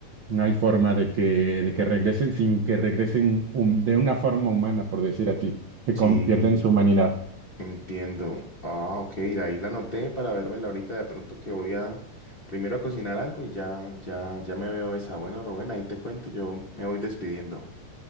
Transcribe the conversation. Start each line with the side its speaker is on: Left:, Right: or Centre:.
Right: No hay forma de que, de que regresen sin que regresen hum- de una forma humana, por decir así, que
Left: Sí,
Right: con- pierden su humanidad.
Left: Entiendo. Ah, ok, ahí la anoté para vérmela ahorita de pronto que voy a primero a cocinar algo y ya, ya, ya me veo esa. Bueno, Rubén, ahí te cuento, yo me voy despidiendo.